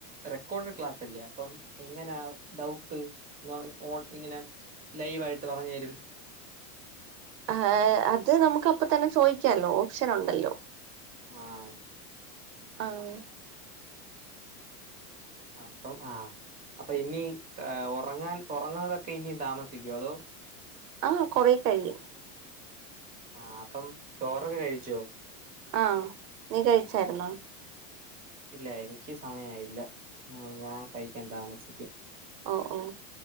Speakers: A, on the right; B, on the right.
A: റെക്കോഡെഡ് ക്ലാസല്ലേ അപ്പം എങ്ങെനാ ഡൗട്ട് ങ്ങാ ഓൾപ്പിങ്ങെനെ ലൈവായിട്ട് പറഞ്ഞ് തരും
B: ആഹ് അത് നമുക്കപ്പതന്നെ ചോയ്ക്കാല്ലോ ഓപ്ഷനൊണ്ടല്ലോ
A: ആഹ്
B: ആഹ്
A: അപ്പം ആഹ് അപ്പൊ ഇനി ഏഹ് ഒറങ്ങാൻ ഒറങ്ങാതൊക്കെ ഇനീം താമസിക്കോ അതോ
B: ആഹ് കൊറെ കഴിയും
A: ആഹ് അപ്പം ചോറൊക്കെ കഴിച്ചോ
B: ആഹ് നീ കഴിച്ചായിരുന്നോ?
A: ഇല്ല എനിക്ക് സമയായില്ല ഞാൻ കഴിക്കാൻ താമസിക്കും
B: ഓഹ് ഓഹ്